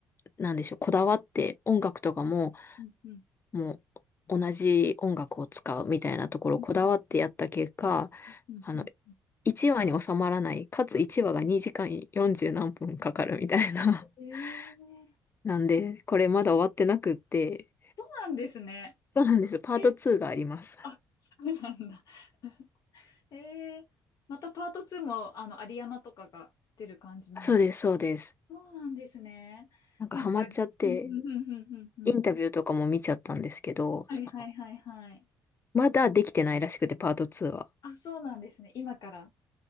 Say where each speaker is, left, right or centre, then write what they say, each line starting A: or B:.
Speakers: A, on the left; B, on the left.
A: なんでしょう、こだわって音楽とかも、
B: うん、うん、
A: もう同じ音楽を使うみたいなところをこだわってやった結果、
B: うん、うん。
A: あの、
B: うん
A: 1話に収まらない、かつ1話が2時間40何分かかるみたいな。
B: えー、そ
A: <laughs> なんで、これまだ終わってなくって、
B: うなんですね。
A: そうなんです。パート2があります。
B: えーあ、そうなんだ。<laughs> ええまたパート2も、あの、アリアナとかが出る感じなんです。
A: そうです、そうです。
B: そうなんですね。
A: なんかハマっちゃって、
B: なんか、うんうんうんうんうんうん。
A: インタビューとかも見ちゃったんですけど、
B: はいはいはいはい。
A: その、まだできてないらしくて、パート2は。
B: あ、そうなんですね。今から。